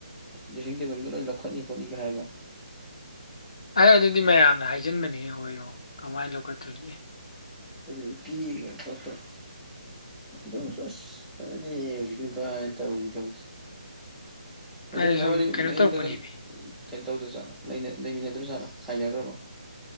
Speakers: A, in the centre; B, on the left.
A: ꯗ꯭ꯔꯦꯁꯤꯡ ꯇꯦꯕꯜꯒ ꯂꯣꯏ ꯂꯧꯈꯠꯅꯤ ꯈꯣꯠꯅꯤꯒ ꯍꯥꯏꯕ꯭ꯔꯣ
B: ꯍꯦ ꯑꯗꯨꯗꯤ ꯃꯌꯥꯝꯅ ꯍꯥꯏꯖꯤꯟꯕꯅꯤꯍꯦ ꯍꯣꯏꯔꯣꯡ ꯀꯃꯥꯏꯅ ꯂꯧꯈꯠꯇꯣꯔꯤꯒꯦ
A: ꯑꯗꯨꯗ ꯄꯤꯒ ꯈꯣꯠꯇ ꯑꯗꯨꯑꯣꯢꯔꯁꯨ ꯑꯁ ꯐꯖꯗꯦꯍꯦ ꯍꯧꯖꯤꯛꯀꯤ ꯅꯨꯄꯥ ꯅ ꯇꯧꯔꯤ ꯊꯕꯛꯁꯤ ꯑꯗꯨꯢ
B: ꯑꯩ
A: ꯃꯕꯥꯅꯤ
B: ꯁꯨꯝ ꯀꯩꯅꯣ
A: ꯃꯌꯨꯝꯗꯒ
B: ꯇꯧꯔꯛꯄꯅꯦꯃꯤ
A: ꯀꯩꯅꯣ ꯇꯧꯗ꯭ꯔꯖꯥꯠꯅꯣ ꯂꯩꯃꯤꯟꯅꯗ꯭ꯔꯥꯖꯥꯠꯂꯣ ꯈꯥꯏꯅꯒ꯭ꯔꯕꯣ